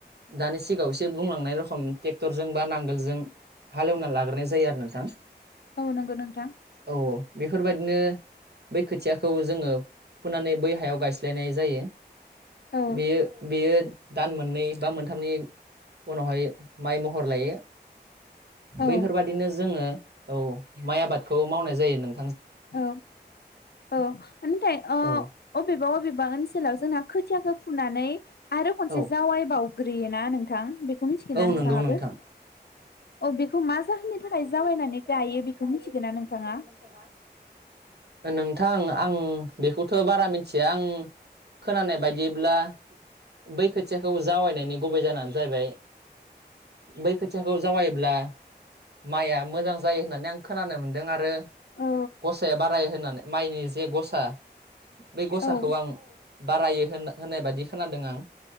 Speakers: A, on the right; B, on the left.
A: दानि सिगाङाव एसे बुंलांनाय रखम टेक्टरजों बा नांगोलजों हालेवना लाग्रोनाय जायो आरो नोंथां
B: औ नंगौ नोंथां
A: औ बेफोरबायदिनो बै खोथियाखौ जोङो फुनानै बै हायाव गायस्लायनाय जायो
B: औ
A: बेयो बेयो दान मोननै बा मोनथामनि उनावहाय माइ महर लायो
B: औ
A: बैफोरबादिनो जोङो औ माइ आबादखौ मावनाय जायो नों
B: औ औ नाथाय
A: औ
B: अबेबा अबेबा ओनसोलाव जोंना खोथियाखौ फुनानै आरो खनसे
A: औ
B: जावायबाव- ग्रोयो ना नोंथां बेखौ मिथिखौ
A: औ
B: ना नोंथांआबो
A: नंगौ नोंथां
B: औ बेखौ
A: औ
B: जाहोननि
A: बेखौ मा
B: थाखाय
A: जागानिफ्राय जावायनानै
B: बेखौ
A: गायो
B: मिथिगोन
A: बेखौ
B: ना नोंथाङा
A: मिथिगोना नोंथाङा नोंथां आं बेखौथ' बारा मिथिया आं खोनानाय बायदिब्ला बै खोथियाखौ जावैनायनि गुबै जाहोनानो जाहैबाय बै खोथियाखौ जावायोब्ला माइआ मोजां जायो होननानै आं खोनानो मोनदों आरो
B: औ
A: गसाया बाराय होनानै माइनि जे गसा बे गसाखौ
B: औ
A: आं बारायो होन होननाय बायदि खोनादों आं